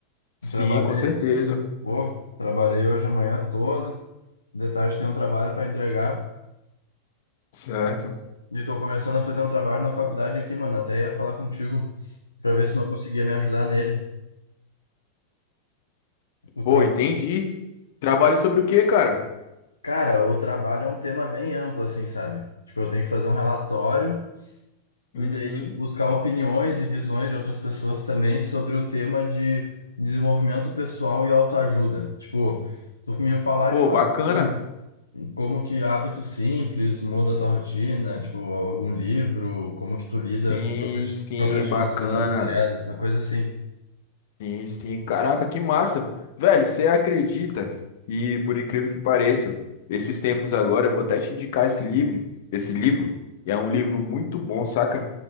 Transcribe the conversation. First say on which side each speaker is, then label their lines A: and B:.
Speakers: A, on the left; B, on the left.
A: Sim,
B: Trabalhei,
A: com certeza.
B: pô, trabalhei hoje a manhã toda. De tarde tem um trabalho pra entregar.
A: Certo.
B: E tô começando a fazer um trabalho na faculdade aqui, mano. Até ia falar contigo pra ver se não conseguia me ajudar nele. O
A: Pô,
B: tra...
A: entendi. Trabalho sobre o quê, cara?
B: Cara, o trabalho é um tema bem amplo, assim, sabe? Tipo, eu tenho que fazer um relatório.
A: Uhum.
B: E daí, tipo, buscar opiniões e visões de outras pessoas também sobre o tema de desenvolvimento pessoal e autoajuda. Tipo, tu me falar,
A: Pô,
B: tipo,
A: bacana.
B: ah, um- como que hábitos simples muda a tua rotina, tipo, algum livro, como que tu lida
A: Sim,
B: com procras-
A: sim,
B: procrastinação
A: bacana.
B: alterada, essa coisa assim.
A: Sim, sim. Caraca, que massa. Velho, você acredita? E por incrível que pareça, esses tempos agora, eu vou até te indicar esse livro, esse livro. É um livro muito bom, saca?